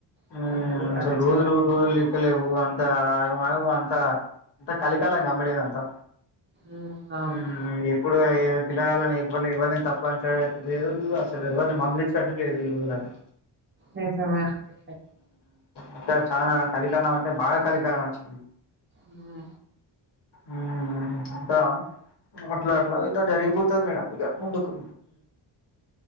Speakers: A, on the left; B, on the right.
A: ఉమ్
B: మీరన్నది కూడా
A: అసలు
B: నిజమే
A: రోజులు రోజులు లెక్కలేవు అంత ఆగం ఆగం అంత కలి కాలంగా మేడం ఇదింతా
B: మ్ అవును
A: హ్మ్మ్ ఎప్పుడు ఎయ్య పిల్లగాలని ఎవ <unintelligible> ఎవ్వని తప్ప అనిలే లేదు అసలు ఎవరిని మదిలిచ తట్టట లేదు ఈరోజు నాకు
B: నిజమే అండి
A: అంత చానా కలికాలం అంటే బాగా కలికాలం వచ్చింది
B: ఉం
A: ఉం అంత అట్లా అట్లా అంత జరిగిపోతది మేడం ఇగ ముందుకు